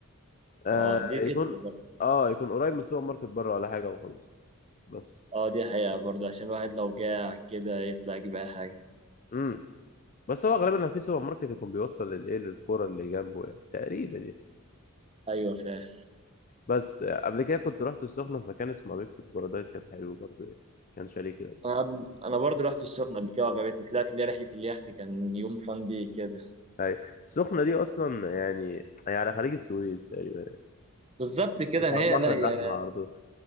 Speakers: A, on the left; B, on the right.
A: آه
B: اه دي
A: يكون
B: تفرق
A: اه يكون قريب من سوبر ماركت بره ولا حاجة وخلاص بس
B: اه دي حقيقة برضه عشان الواحد لو جاع كده يطلع يجيب أي حاجة
A: امم بس هو غالبا في سوبر ماركت يكون بيوصل للايه للكوره اللي جنبه يعني تقريبا يعني
B: أيوة فاهم
A: بس آه، قبل كده كنت رحت السخنه في مكان اسمه مكسيكو بارادايس كان حلو برضه يعني كان شاليه كده
B: أنا قبل- أنا برضه رحت السخنة قبل كده وعجبتني طلعت لي رحلة اليخت كان يوم فان دي كده
A: اي السخنه دي اصلا يعني هي على خليج السويس تقريبا يعني.
B: بالظبط كده
A: مش
B: يعني
A: على
B: هي
A: البحر
B: لا
A: الاحمر
B: هي
A: على طول